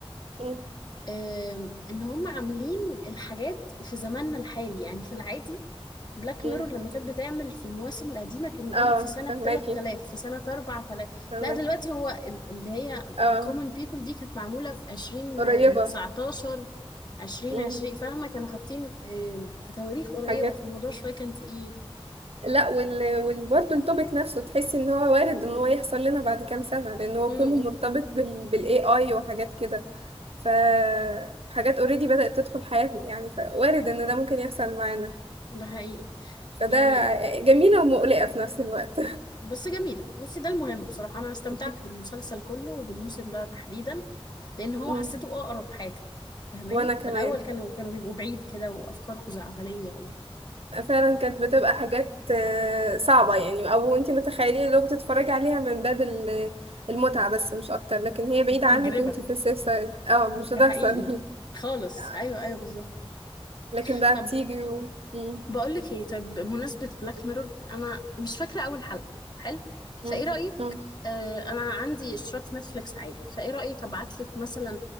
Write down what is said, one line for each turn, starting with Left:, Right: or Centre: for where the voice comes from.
Right: م-
Left: أم، ان هم عاملين الحاجات في زماننا الحالي يعني في العادي بلاك
Right: م-
Left: ميرور لما كانت بتعمل في المواسم القديمة كان يقولك
Right: اه
Left: في سنة
Right: فهماكي
Left: 3000 في سنة 4000
Right: فهماكي
Left: لا دلوقتي هو ال- اللي هي
Right: اه
Left: common people دي كانت معمولة في 2019
Right: قريبة
Left: 2020
Right: م-
Left: فاهمة كانوا حاطين آم، تواريخ قريبة
Right: حاجات
Left: فالموضوع شوية كان تقيل
Right: لا وال... وال... برضه التوبيك نفسه تحسي ان هو وارد ان هو يحصل لنا بعد كام سنة لان هو
Left: م-
Right: كله مرتبط
Left: م،
Right: بال... بالاي اي وحاجات كده فحاجات اوريدي بدأت تدخل حياتنا يعني فوارد ان ده ممكن يحصل معانا
Left: ده حقيقي
Right: فده
Left: يعني
Right: جميلة ومقلقة في نفس الوقت
Left: بس جميلة بصي ده المهم بصراحة أنا استمتعت
Right: <laughs>
Left: بالمسلسل كله وبالموسم ده تحديدا لأن هو
Right: مم.
Left: حسيته أقرب حاجة فاهماني
Right: وانا كمان
Left: في الأول كانوا كانوا بيبقوا بعيد كده وأفكار خزعبلية
Right: فعلا كانت بتبقى حاجات آه، صعبة يعني او انت متخيلين لو بتتفرجي عليها من باب ال- المتعة بس مش اكتر لكن هي بعيدة
Left: وتجربة
Right: عنك وانت في السيف سايد اه مش
Left: ده
Right: هتحصل
Left: حقيقي خالص
Right: <laughs>
Left: ايوه ايوه بالظبط
Right: لكن بقى
Left: طب
Right: بتيجي و... مم.
Left: بقول لك ايه طيب بمناسبه بلاك ميرور انا مش فاكره اول حلقه حلو فايه
Right: مم.
Left: رايك
Right: مم.
Left: آه انا عندي اشتراك في نتفليكس عادي فايه رايك ابعت لك مثلا